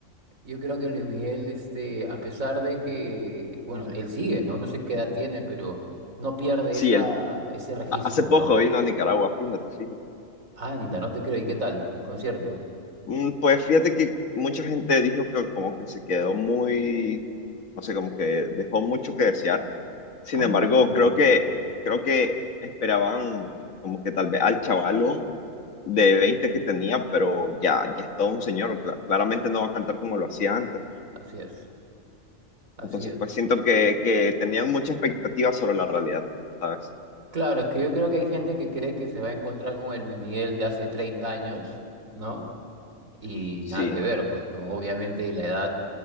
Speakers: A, on the right; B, on the left.
A: Yo creo que Luis Miguel, este, a pesar de que, bueno, él sigue, ¿no? No sé qué edad tiene, pero no pierde
B: Sí,
A: esa,
B: él
A: ese registro,
B: a- hace poco
A: ¿no?
B: vino a Nicaragua, fíjate, fíjate.
A: Anda, no te creo. ¿Y qué tal el concierto?
B: Mm, Pues fíjate que mucha gente dijo que como que se quedó muy, no sé, como que dejó mucho que desear. Sin
A: Ah,
B: embargo,
A: no te creo.
B: creo que, creo que esperaban como que tal vez al chavalo de 20 que tenía, pero ya, ya es todo un señor, cla- claramente no va a cantar como lo hacía antes.
A: Así es, así
B: Entonces,
A: es.
B: pues siento que, que tenían mucha expectativa sobre la realidad, ¿sabes?
A: Claro, es que yo creo que hay gente que cree que se va a encontrar con el Luis Miguel de hace 30 años, ¿no? Y
B: Sí,
A: nada que ver, pues, ¿no? Obviamente la edad